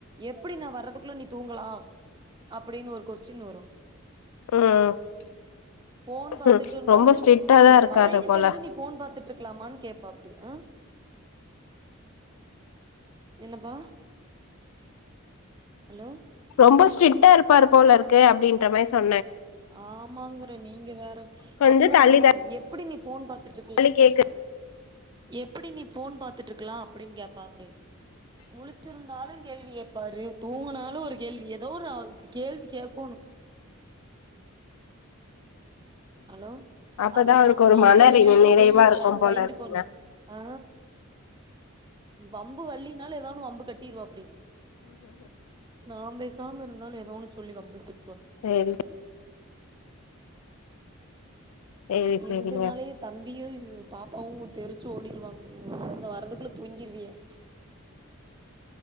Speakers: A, on the right; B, on the left.
A: எப்டி நா வர்றதுக்குள்ள நீ தூங்கலா அப்டின்னு ஒரு கொஸ்டின் வரு
B: ம்
A: போன் பாத்துட்டு
B: ம்
A: இருந்தாலு
B: ரொம்ப ஸ்ட்ரிக்டா தா
A: நா
B: இருக்காரு
A: வரேன்னு
B: போல
A: தெரிஞ்சு நீ பாத்துட்டுருக்கலாமான்னு கேக்பாப்டி ஆ என்னப்பா ஹலோ
B: ரொம்ப ஸ்ட்ரிக்டா இருப்பாரு போல இருக்கு அப்டின்ற மாரி சொன்
A: ஆமாங்குறே நீங்க வேற
B: கொஞ்சோ
A: அப்றோ
B: தள்ளி
A: எப்டி நீ போன் பாத் ட்டு இருக்கலா
B: தள்ளி கேக்குது
A: ஏ எப்புடி நீ போன் பாத்துட்டு இருக்கலா அப்டின்னு கேப்பாப்புடி முளுச்சுருந்தாலு கேள்விகேப்பாரு தூங்குனாலு ஒரு கேள்வி எதோ ஒரு அவருக்கு கேள்வி கேக்கோணு ஹலோ
B: அப்பதா
A: அத
B: அவருக்கு
A: நாம
B: ஒரு
A: பாத்து
B: மன
A: ஐயையோ
B: நிறைவா
A: கேள்வி கேக்குறானு
B: இருக்கும் போல
A: பயந்துக்கோனு
B: இருக்குங்க
A: அ அ வம்பு வள்ளினாலு எதாவொன்னு வம்பு கட்டிருவாப்டி அப்டி நா பேசாம இருந்தாலு எதோன்னு சொல்லி வம்புலுத்து
B: சேரி சேரி
A: இதுனாலயே
B: சேரிங்க
A: தம்பியு பாப்பாவு தெருச்சு ஓடிருவாங்க <inaudible> வரதுக்குள்ள தூங்கிருவியா